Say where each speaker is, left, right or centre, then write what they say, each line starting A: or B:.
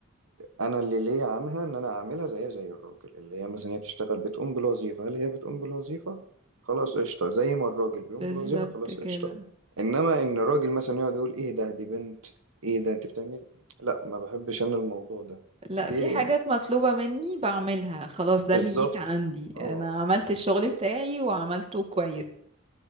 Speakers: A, on the right (about 90°); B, on the right (about 30°).
A: انا اللي ليا عنها ان انا اعملها زيها زي الراجل اللي هي مثلا هي بتشتغل بتقوم بالوظيفه هل هي بتقوم بالوظيفه خلاص قشطه زي ما الراجل بيقوم
B: بالظبط
A: بالوظيفه خلاص
B: كده
A: قشطه انما ان الراجل مثلا يقعد يقول ايه ده دي بنت ايه ده انت بتعمل لا ما بحبش انا الموضوع ده
B: لا
A: ليه
B: في حاجات مطلوبة مني بعملها خلاص ده
A: بالظبط
B: اللي ليك عندي
A: اه
B: انا عملت الشغل
A: بس-
B: بتاعي وعملته كويس